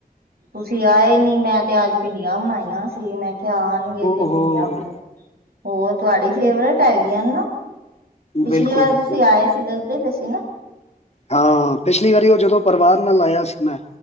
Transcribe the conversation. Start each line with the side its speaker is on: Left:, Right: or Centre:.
Right: ਤੁਸੀਂ ਆਏ ਨੀ ਮੈਂ ਤੇ ਅੱਜ, ਭਿੰਡੀਆਂ ਬਣਾਈਆਂ ਸੀ, ਮੈਂ ਕਿਹਾ ਆਣਗੇ
Left: ਓ
Right: ਤੇ
Left: ਹੋ
Right: ਭਿੰਡੀਆਂ। ਹੋਰ ਤੁਹਾਡੀ ਫੇਵਰੇਟ ਹੈਗੀ ਨਾ, ਪਿਛਲੀ
Left: ਬਿਲਕੁਲ
Right: ਵਾਰ
Left: ਬਿਲਕੁਲ
Right: ਤੁਸੀਂ ਆਏ। ਦੱਸਦੇ ਰਹੇ ਸੀ ਨਾ,
Left: ਹਾਂ ਪਿਛਲੀ ਵਾਰੀ ਉਹ ਜਦੋਂ ਪਰਿਵਾਰ ਨਾਲ ਆਇਆ ਸੀ ਮੈਂ,